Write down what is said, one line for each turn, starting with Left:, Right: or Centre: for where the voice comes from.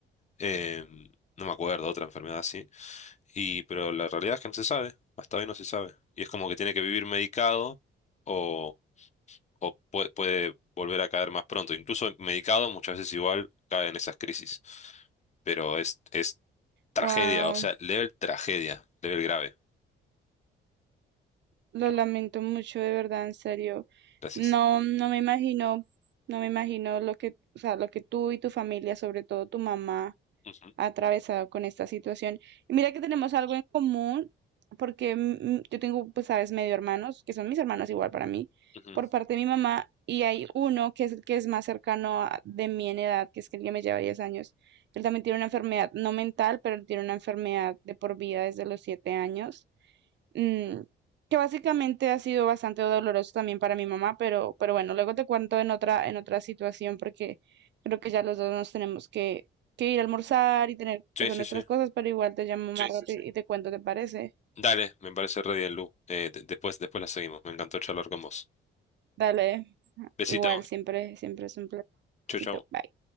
Left: eh, no me acuerdo, otra enfermedad así. Y, pero la realidad es que no se sabe, hasta hoy no se sabe. Y es como que tiene que vivir medicado o, o pue- puede, volver a caer más pronto. Incluso medicado muchas veces igual cae en esas crisis. Pero es, es tragedia,
Right: Wow,
Left: o sea, level tragedia, level grave.
Right: lo
Left: Pero
Right: lamento
Left: bueno,
Right: mucho, de verdad, en serio.
Left: gracias.
Right: No, no me imagino, no me imagino lo que, o sea, lo que tú y tu familia, sobre todo tu mamá,
Left: Ujú,
Right: ha atravesado con esta situación. Y mira que tenemos algo en común, porque mm, yo tengo, pues, sabes, medio hermanos, que son mis hermanos igual para mí,
Left: ujú.
Right: por parte de mi mamá, y hay uno que es el que es más cercano a- de mí en edad, que es que el que me lleva 10 años. Él también tiene una enfermedad, no mental, pero él tiene una enfermedad de por vida desde los 7 años. mm, que básicamente ha sido bastante doloroso también para mi mamá, pero, pero bueno, luego te cuento en otra, en otra situación porque creo que ya los dos nos tenemos que, que ir a almorzar y tener
Left: Sí,
Right: que hacer
Left: sí,
Right: nuestras
Left: sí.
Right: cosas, pero igual te llamo más Sí, sí, rato sí. y y te cuento, ¿te parece?
Left: Dale, me parece re bien, Lu. Eh, de- después, después la seguimos. Me encantó charlar con vos.
Right: Dale,
Left: Besito.
Right: igual, siempre, siempre es un placer.
Left: Chau, chau.
Right: Bye.